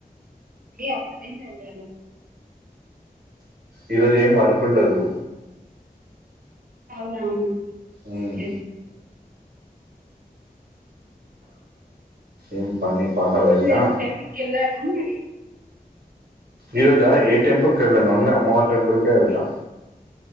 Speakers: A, on the right (about 65°); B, on the right (about 85°).
A: ఏ అత్తారింటు యేళ్ళాను
B: ఈ రోజు ఏం వర్క్ ఉండదు
A: అవునా
B: మ్మ్
A: ఓకే
B: ఏం పని పాట
A: రోజూ
B: లేక
A: ఏం టెంపుల్ కి యేల్లారా మరి
B: ఈ రోజా ఏ టెంపుల్ కెల్లాను ఓన్లీ అమ్మవారి టెంపుల్ కే ఎల్తా